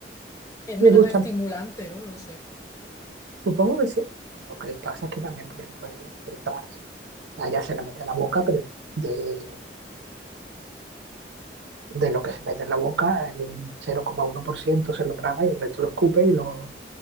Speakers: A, on the left; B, on the right.
A: Es menos
B: Le gusta,
A: estimulante, ¿no? No sé.
B: supongo que sí. Lo que le pasa es que también, por ejemplo, ella se traga, a ella se le mete en la boca, pero de, de lo que se mete en la boca, el cero coma uno por ciento se lo traga y el resto lo escupe y lo,